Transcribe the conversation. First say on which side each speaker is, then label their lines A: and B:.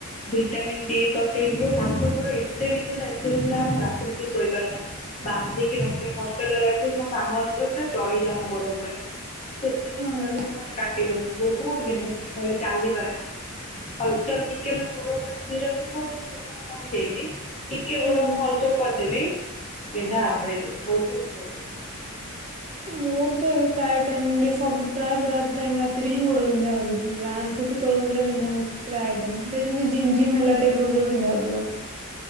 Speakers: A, on the left; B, on the right.
A: ଭିଟାମିନ୍ ଡି ସଟେଜ୍ ରୁ ହାତ ଉପରୁ ଏତେ ବିନ୍ଧିଲା ଏତେ ବିନ୍ଧିଲା ମାନେ ରାତିନୀତି ଶୋଇପାରେ ନା। ବାନ୍ଧିକି ରଖେ ହଷ୍ଟେଲ ରେ ରହିଥି ମୋ ସାଙ୍ଗମାନଙ୍କୁ ଚଢିଜା ମୁ ଗୋଡ ଉପରେ ସେତେ
B: ହୁଁ
A: ଚଢଗଲେ ମତେ କାଟିବନି ବହୁତ୍ ବିିନ୍ଧା ଛିଟ୍ କା ଖରେ ଚାଲି ବରେ ନା। ହଲ୍ ଚଲ୍ ଟିକେ ମାନେ ଗୋଡତ ସ୍ଥିର ଥିବ ବିନ୍ଧା ଟା କମି ଯାଇଛି। ଟିକେ
B: ହୁଁ।
A: ଗୋଡ ମୁଁ ହଲସଲ କରିଦେବି ବିନ୍ଧା ଆରମ୍ଭ ହେଇଯିବ ବହୁତ ଉ।
B: ମୋର ତ ଏବେ ପ୍ରାୟ ଟାଇମ ଟ ସବୁ ପ୍ରାୟ ଟାଇ ରାତିରେ ହିଁ ଗୋଡ ବିନ୍ଧା ହଉଛିା ଠୁ ଟୁ ତଳ ପୁରା ବିନ୍ଧା ହଉ ପ୍ରାୟ ଟାଇମ୍ ଯେମିତି ଜିମ୍ ଜିମ୍ ହେ ଟାଇପ୍ର ପୁରା ବିିନ୍ଧା ହଉଥିବ।